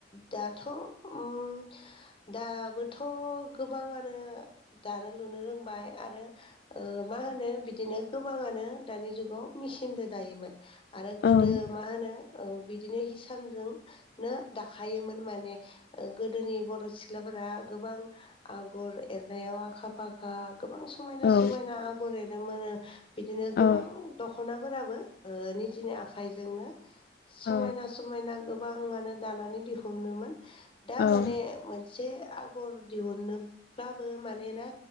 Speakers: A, on the left; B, on the left.
A: दाथ' उम दाबोथ' गोबाङानो दानो लुनो रोंबाय आरो मा होनो बिदिनो गोबाङानो दानि जुगाव मेसिनजों दायोमोन आरो गोदो
B: औ
A: मा होनो बिदिनो हिसानजों नो दाखायोमोन माने गोदोनि बर' सिख्लाफोरा गोबां आगर एर नायाव आखा फाखा गोबां समायना
B: औ
A: समायना आगर एरोमोनो बिदिनो गोबां
B: औ
A: दखनाफोराबो निजिनि आखाइजोंनो समायना
B: औ
A: समायना गोबाङानो दानानै दिहुनोमोन दा
B: औ
A: माने मोनसे आगर दिहुनोब्लाबो मानोना